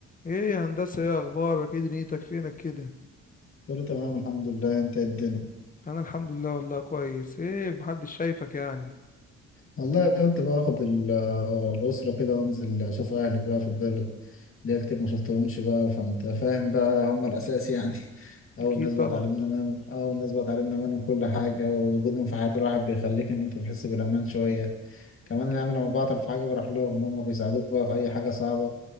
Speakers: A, on the left; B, on the left.
A: ايه يا هندسة ايه اخبارك ايه دنيتك فينك كده
B: كله تمام الحمد لله انت ايه الدنيا
A: انا الحمد لله والله كويس ايه محدش شايفك يعني
B: والله قلت بقى اخد ال- آه، الاسره كده وانزل اشوف اهلي بقى في البلد ليا كتير ما شفتهمش بقى فانت فاهم بقى هم الاساس يعني <laughs>
A: اكيد
B: اول ناس بقى
A: طبعا
B: اتعلمنا منهم اول ناس بقى اتعلمنا منهم كل حاجه ووجودهم في حياه الواحد بيخليك ان انت تحس بالامان شويه كمان يعني لما بعطل في حاجة بروح لهم هم بيساعدوك بقى في أي حاجة صعبة